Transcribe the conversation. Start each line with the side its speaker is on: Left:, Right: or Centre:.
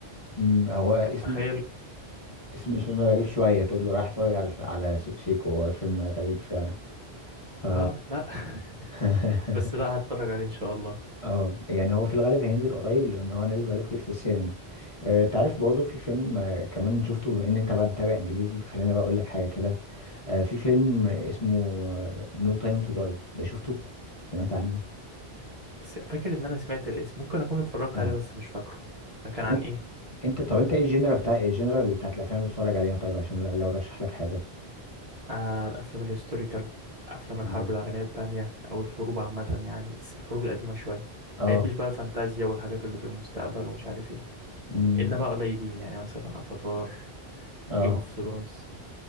Left: أمم، هو اسم
Right: يعني تخيل
Left: اسم الفيلم غريب شوية تقول له رايح اتفرج على على سيكو سيكو هو فيلم غريب فعلا ف
Right: اه لا
Left: <laughs>
Right: <laughs> بس لا هتفرج عليه ان شاء الله
Left: اه يعني هو في الغالب هينزل قريب لان هو نازل بقاله كتير في السينما آه، انت عارف برضه في فيلم آه، كمان شفته بما ان انت بقى متابع انجليزي فخلينا بقى اقول لك حاجة كده آه، في فيلم اسمه نو تايم تو داي ده شفته سمعت عنه
Right: بس فاكر ان انا سمعت الاسم ممكن اكون اتفرجت
Left: اه
Right: عليه بس مش فاكره ده كان
Left: طب
Right: عن
Left: انت
Right: ايه
Left: انت طب انت ايه الجنرال بتاع الجنرال بتاعت الافلام اللي بتتفرج عليها طيب عشان لو لو رشح لك حاجة
Right: آه الأفلام الهيستوريكال أفلام
Left: تمام
Right: الحرب العالمية التانية أو الحروب عامة يعني بس الحروب القديمة شوية
Left: اه
Right: مبحبش بقى الفانتازيا والحاجات اللي في المستقبل ومش عارف ايه
Left: امم
Right: إلا بقى قليلين يعني مثلا أفاتار
Left: اه
Right: جيم اوف ثرونز